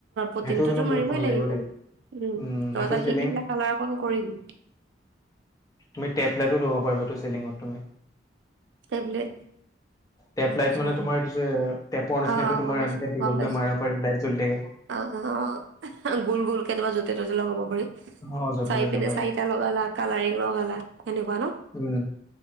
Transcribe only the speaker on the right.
পটিনটোতো
মাৰিবই
লাগিব।
উ
দৰজা
খিকি বিলাক কালাৰ অকণ কৰিম।
টেবলেট
আচ্ছা
অ', অ',
গম পাইছো
গম পাইছো
অ' গোল গোল কেতিয়াবা য'তে ত'তে লগ হ'ব পাৰি।
চাৰি
পিনে
চাৰিটা লগালা কালাৰিং লগালা। এনেকুৱা ন?